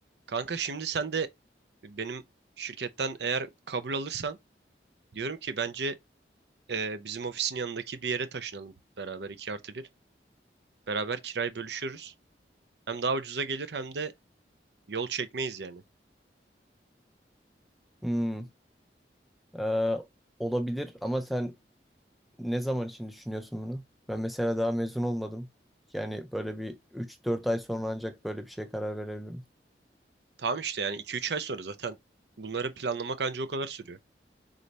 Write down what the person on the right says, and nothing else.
Kanka şimdi sen de benim şirketten eğer kabul alırsan diyorum ki bence e, bizim ofisin yanındaki bir yere taşınalım beraber 2 artı bir Beraber kirayı bölüşürüz. Hem daha ucuza gelir hem de yol çekmeyiz yani.
Tamam işte yani iki üç ay sonra zaten bunları planlamak anca o kadar sürüyor.